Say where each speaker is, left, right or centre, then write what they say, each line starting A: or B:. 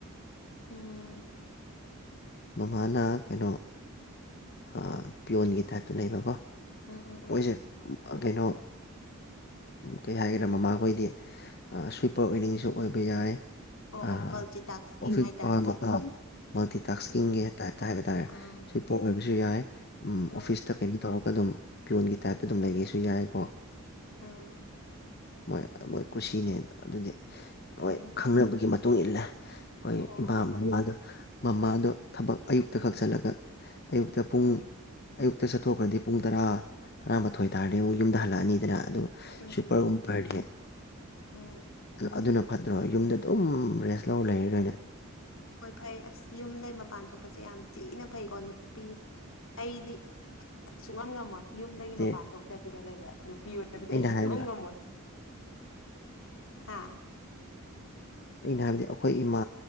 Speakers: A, on the left; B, on the left.
A: ꯎꯝ꯫
B: ꯃꯃꯥꯅ ꯀꯩꯅꯣ ꯑꯥ ꯄꯤꯌꯣꯟꯒꯤ ꯇꯥꯏꯞꯇ ꯂꯩꯕꯀꯣ
A: ꯎꯝ ꯎꯝ ꯎꯝ
B: ꯃꯣꯏꯁꯦ ꯑꯥ ꯀꯩꯅꯣ ꯀꯩ ꯍꯥꯏꯒꯦꯔ ꯃꯃꯥꯈꯣꯏꯗꯤ ꯑꯥ ꯁ꯭ꯋꯤꯄꯔ ꯑꯣꯏꯅꯤꯡꯉꯁꯨ ꯑꯣꯏꯕ ꯌꯥꯏ
A: ꯑꯣ
B: ꯑ
A: ꯑꯣ ꯃꯜꯇꯤꯇꯥꯛꯁꯀꯤꯡ
B: ꯑꯣꯐꯤꯁ
A: ꯍꯥꯏꯇꯥꯔꯦꯅꯦꯀꯣ
B: <unintelligible> ꯃꯐꯝ ꯃꯜꯇꯤ ꯇꯥꯛꯁꯀꯤꯡꯒꯤ
A: ꯑꯗꯨꯃꯥꯏꯅ
B: ꯇꯥꯏꯞꯇ ꯍꯥꯏꯕ ꯇꯥꯔꯦ
A: ꯑꯥ
B: ꯁ꯭ꯋꯤꯞ ꯄꫭꯛ ꯑꯣꯏꯕꯁꯨ ꯌꯥꯏ ꯎꯝ
A: ꯑꯥ
B: ꯑꯣꯐꯤꯁꯇ ꯀꯩꯅꯣ ꯇꯧꯔꯒ ꯑꯗꯨꯝ ꯄꯤꯌꯣꯟꯒꯤ ꯇꯥꯏꯞꯇ ꯑꯗꯨꯝ ꯂꯩꯒꯦꯁꯨ ꯌꯥꯏ ꯀꯣ
A: ꯎꯝ
B: ꯃꯣꯏ ꯃꫭꯏ ꯀꯨꯁꯤꯅꯦ ꯑꯗꯨꯗꯤ
A: ꯎꯝ
B: ꯍꯣꯏ ꯈꯪꯅꯕꯒꯤ ꯃꯇꯨꯡ ꯏꯜꯂꯦ ꯑꯩꯈꯣꯏ
A: ꯑꯣ ꯑꯣ
B: ꯏꯃꯥ
A: ꯑꯣ
B: ꯃꯃꯥꯗ ꯃꯃꯥꯗꯣ ꯊꯕꯛ ꯑꯌꯨꯛꯇ
A: ꯎꯝ
B: ꯈꯛ ꯆꯠꯂꯒ ꯑꯌꯨꯛꯇ ꯄꯨꯡ
A: ꯎꯝ
B: ꯑꯌꯨꯛꯇ ꯆꯠꯊꯣꯛꯈ꯭ꯔꯗꯤ ꯄꯨꯡ ꯇꯔꯥ ꯇꯔꯥꯃꯥꯊꯣꯏ ꯇꯥꯔꯗꯤ ꯑꯃꯨꯛ ꯌꯨꯝꯗ ꯍꯜꯂꯛꯑꯅꯤꯗꯅ ꯑꯗꯨ
A: ꯎꯝ
B: ꯁ꯭ꯋꯤꯄꯔꯒꯨꯝꯄꯔꯗꯤ
A: ꯎꯝ ꯎꯝ
B: ꯑꯗꯨꯅ ꯐꯠꯇ꯭ꯔꯣ ꯌꯨꯝꯗ ꯑꯗꯨꯝ ꯔꯦꯁ ꯂꯧꯔ ꯂꯩꯔꯗꯣꯢꯅꯦ
A: ꯍꯣꯏ ꯐꯩ ꯑꯁ ꯌꯨꯝꯗꯒꯤ ꯃꯄꯥꯟ ꯊꯣꯛꯄꯁꯦ ꯌꯥꯝ ꯊꯤꯅ ꯐꯩꯀꯣ ꯅꯨꯄꯤ ꯑꯩꯗꯤ ꯁꯨꯛꯉꯝ ꯉꯝꯃꯣꯏ ꯌꯨꯝꯗꯒꯤ
B: ꯗꯦ
A: ꯃꯄꯥꯟ ꯊꯣꯛꯇꯕꯤꯗ ꯂꯩꯕ ꯅꯨꯄꯤ ꯑꯣꯏꯕꯗꯤ
B: ꯑꯩꯅ
A: ꯑꯩ ꯁꯨꯡꯉꯝ
B: ꯍꯥꯏꯕ
A: ꯉꯝꯃꯣꯏ ꯍꯥꯥ
B: ꯑꯩꯅ ꯍꯥꯏꯕꯗꯤ ꯑꯩꯈꯣꯏ ꯏꯃꯥ